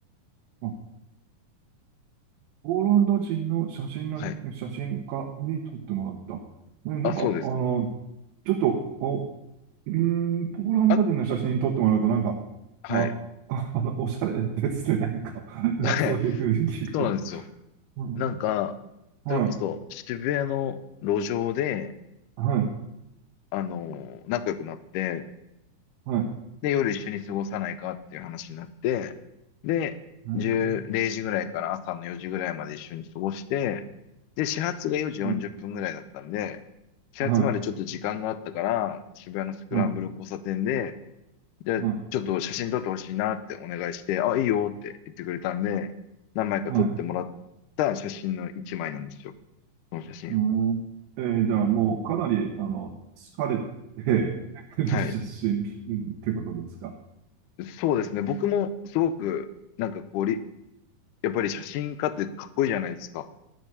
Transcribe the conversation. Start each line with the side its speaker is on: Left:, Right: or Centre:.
Right: あ、ポーランド人の写真の、
Left: はい。
Right: 写真家に撮ってもらった。ね、
Left: あ、
Right: なんか、
Left: そうです。
Right: あの、ちょっと、あうーん、ポーランド人の写真撮ってもらうと、
Left: あ、
Right: なんか、
Left: はい。
Right: あ、あ、<laughs> おしゃれですね、なんか、<laughs>
Left: はい。
Right: そういうふうに聞くと。
Left: そうなんですよ。
Right: うん、
Left: なんか、
Right: はい、
Left: それこそ渋谷の路上で、
Right: はい、
Left: あの、仲良くなって、
Right: はい、
Left: で、夜一緒に過ごさないかっていう話になって、で、
Right: うん、
Left: 10、時ぐらいから朝の4時ぐらいまで一緒に過ごして、で、始発が4時40分ぐらいだったんで、
Right: うん、
Left: 始発までちょっと時間があったから、
Right: は
Left: 渋谷のスクランブル交差点で、
Right: い、は
Left: じゃあちょっと写真撮ってほしいなってお願いして、
Right: い、は
Left: あ、いいよって言ってくれたんで、何枚か撮ってもらった写真の1枚なんですよ。
Right: い、はい。
Left: この写真。
Right: うんえー、じゃあ、もうかなり、あの、疲れてる写真ってことですか。
Left: はい。そうですね。僕もすごく、なんかこうり、やっぱり写真家ってかっこいいじゃないですか。